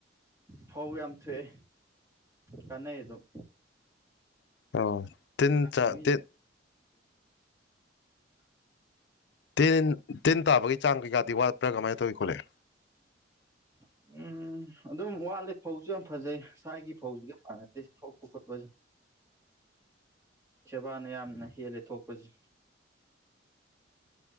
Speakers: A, on the right; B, on the left.
A: ꯐꯧ ꯌꯥꯝ ꯊꯣꯛꯑꯦ ꯀꯥꯟꯅꯩ ꯑꯗꯨꯝ
B: ꯑꯣ ꯇꯤꯟ
A: ꯂꯥꯛ
B: ꯆꯥ
A: ꯃꯤ
B: ꯇꯤꯟ ꯇꯦꯟ ꯇꯦꯟ ꯇꯥꯕꯒꯤ ꯆꯥꯡ ꯀꯩꯀꯥꯗꯤ ꯋꯥꯠꯄ꯭ꯔꯥ ꯀꯃꯥꯏꯅ ꯇꯧꯋ ꯈꯣꯠꯂꯦ
A: <unintelligible> ꯎꯝ ꯑꯗꯨꯝ ꯋꯥꯠꯂꯤ ꯐꯧꯁꯨ ꯌꯥꯝ ꯐꯖꯩ ꯁ꯭ꯋꯥꯏꯒꯤ ꯐꯧꯁꯤꯒ ꯌꯥꯝ ꯃꯥꯟꯅꯗꯦ ꯑꯣ ꯈꯔꯄꯖ ꯁꯦꯕꯥꯅ ꯌꯥꯝꯅ ꯍꯦꯜꯂꯦ ꯊꯣꯛꯄꯁꯦ